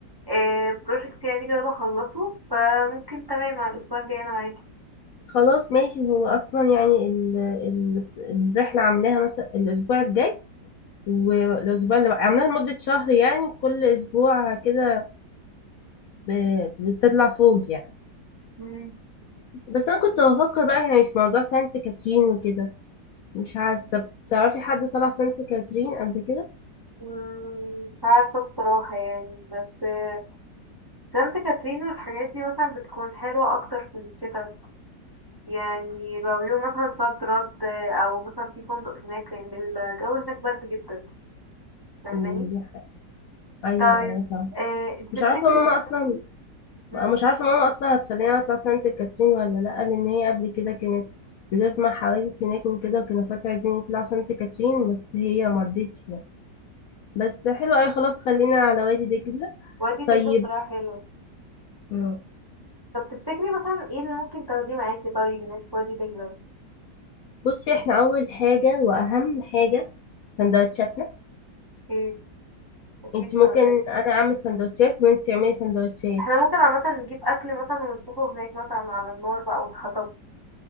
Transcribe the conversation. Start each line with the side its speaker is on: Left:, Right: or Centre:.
Right: آه، بروجكت يعني كده بخلصه فممكن تمام على الأسبوع الجاي انا معاكي
Left: خلاص ماشي هو اصلا يعني ال... ال... الرحله عاملاها مثلا الاسبوع الجاي والاسبوع اللي بعد- عاملاها لمده شهر يعني كل اسبوع كده ب... بتطلع فوق يعني
Right: مم.
Left: بس انا كنت بفكر بقى يعني في موضوع سانت كاترين وكده مش عارف طب تعرفي حد طلع سانت كاترين قبل كده
Right: مم، مش عارفة بصراحة يعني بس آه، سانت كاترين والحاجات دي مثلا بتكون حلوة أكتر في الشتا يعني لو يوم مثلا صد رد او مثلا في فندق هناك لان الجو هناك برد جدا فاهماني
Left: مم، دي ح- ايوه
Right: طيب
Left: ايوه فاهمة.
Right: آه انت
Left: مش
Right: تفتكري
Left: عارفه ماما اصلا
Right: مم،
Left: مش عارفة ماما أصلا هتخليني أطلع سانت كاترين ولا لأ لأن هي قبل كده كانت بتسمع حوادث هناك وكده وكانوا اخواتي عايزين يطلعوا سانت كاترين بس هي مرضتش يعني بس حلو أوي خلاص خلينا على وادي دجلة
Right: وادي دجلة
Left: طيب
Right: بصراحة حلو
Left: مم.
Right: طب تفتكري مثلا ايه اللي ممكن تاخديه معاكي طيب هناك في وادي دجلة
Left: بصي احنا أول حاجة وأهم حاجة سندوتشاتنا
Right: ايه اكيد
Left: انت ممكن
Right: سمكات
Left: أنا أعمل سندوتشات وانت تعملي سندوتشات
Right: احنا ممكن عامة نجيب اكل مثلا ونطبخه هناك مثلا على النار بقى والحطب